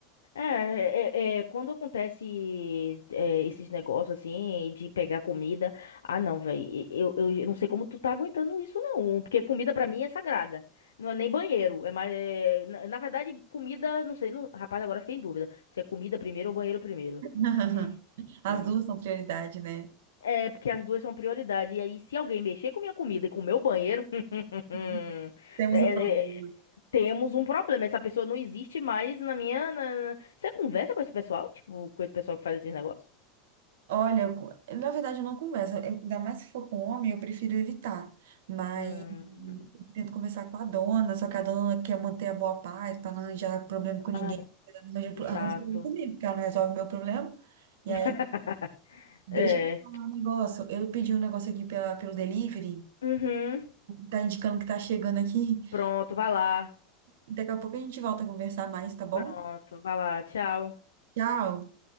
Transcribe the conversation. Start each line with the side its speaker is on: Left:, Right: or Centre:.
Left: É, é, é, quando acontece é, esses negócios assim de pegar comida, ah não, velho, eu, eu não sei como tu tá aguentando isso não, porque comida pra mim é sagrada, não é nem banheiro, é mais, é, na, na verdade comida, não sei, não, rapaz, agora eu fiquei em dúvida, se é comida primeiro ou banheiro primeiro.
Right: <laughs>
Left: Hum.
Right: as
Left: hum.
Right: duas são prioridade, né?
Left: É, porque as duas são prioridade. E aí, se alguém mexer com minha comida e com o meu banheiro, <laughs>
Right: Uhum. Temos
Left: é,
Right: um problema.
Left: é, temos um problema. Essa pessoa não existe mais na minha. na- Você conversa com esse pessoal? Tipo, com esse pessoal que faz esses negócios?
Right: Olha, eu co- na verdade eu não converso, Eu- ainda mais se for com homem, eu prefiro evitar. Mas
Left: Hum.
Right: eu tento conversar com a dona, só que a dona quer manter a boa paz para não arranjar problema com ninguém.
Left: Ai,
Right: Ela não Arranja
Left: que
Right: pro-
Left: chato.
Right: arranja problema comigo, porque ela não resolve meu problema. E
Left: <laughs>
Right: aí, deixa
Left: É.
Right: eu te falar um negócio. Eu pedi um negócio aqui pela, pelo delivery,
Left: Uhum.
Right: tá indicando que tá chegando aqui.
Left: Pronto,
Right: <laughs>
Left: vai lá.
Right: Daqui a pouco a gente volta a conversar mais, tá bom?
Left: Pronto, vai lá. Tchau.
Right: Tchau!